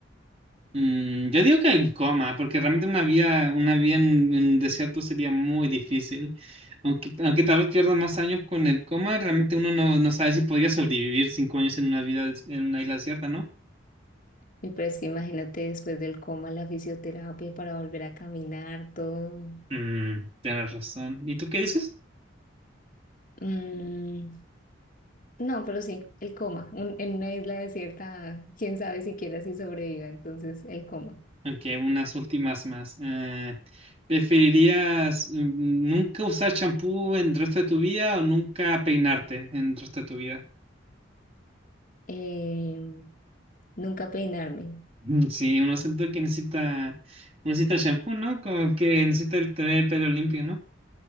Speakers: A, on the right; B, on the left.
A: Mm, yo digo que en coma, porque realmente una vida, una vida en, en desierto sería muy difícil. Aunque, aunque tal vez pierdas más años con el coma, realmente uno no, no sabe si podría sobrevivir cinco años en una vida en una isla desierta, ¿no?
B: Y pero es que imagínate después del coma, la fisioterapia para volver a caminar, todo.
A: Mm, tienes razón. ¿Y tú qué dices?
B: Mm, No, pero sí, el coma. Un- en una isla desierta, quién sabe siquiera si sobreviva, entonces el coma.
A: Ok, unas últimas más. Eh, ¿preferirías mm, nunca usar champú en el resto de tu vida o nunca peinarte en el resto de tu vida?
B: Eh, nunca peinarme.
A: Mm, Sí, uno siente que necesita, uno necesita shampoo, ¿no? Como que necesita el tener el pelo limpio, ¿no?